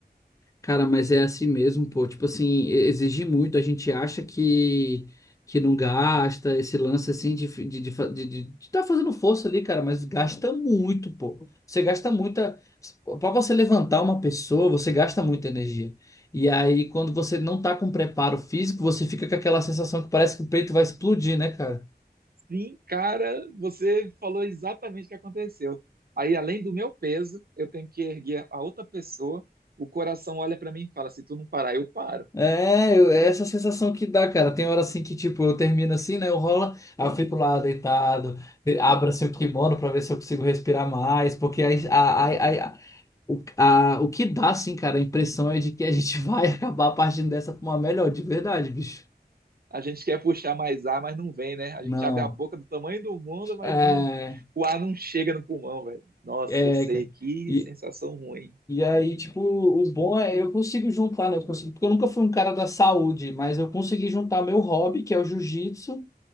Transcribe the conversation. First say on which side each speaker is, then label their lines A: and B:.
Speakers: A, on the left; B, on the right.
A: Cara, mas é assim mesmo, pô. Tipo assim, e- exige muito. A gente acha que, que não gasta esse lance assim de estar de, de, fa- de, de- de tá fazendo força ali, cara, mas gasta muito, pô. Você gasta muita. Pra você levantar uma pessoa, você gasta muita energia. E aí, quando você não tá com preparo físico, você fica com aquela sensação que parece que o peito vai explodir, né, cara?
B: Sim, cara, você falou exatamente o que aconteceu. Aí, além do meu peso, eu tenho que erguer a outra pessoa. O coração olha para mim e fala: se tu não parar, eu paro.
A: É, eu- é essa sensação que dá, cara. Tem hora assim que, tipo, eu termino assim, né? Eu rolo, aí eu fico lá deitado, de- abro assim o kimono pra ver se eu consigo respirar mais, porque aí, a, a, a, a- o, a, o que dá, assim, cara, a impressão é de que a gente <laughs> vai acabar partindo dessa pra uma melhor, de verdade, bicho.
B: A gente quer puxar mais ar, mas não vem, né? A
A: Não.
B: gente abre a boca do tamanho do mundo, mas
A: É,
B: não- o ar não chega no pulmão, velho. Nossa,
A: é,
B: eu sei
A: cara.
B: que
A: E,
B: sensação ruim.
A: e aí, tipo, o bom é eu consigo juntar, né? Eu consigo, porque eu nunca fui um cara da saúde, mas eu consegui juntar meu hobby, que é o jiu-jitsu.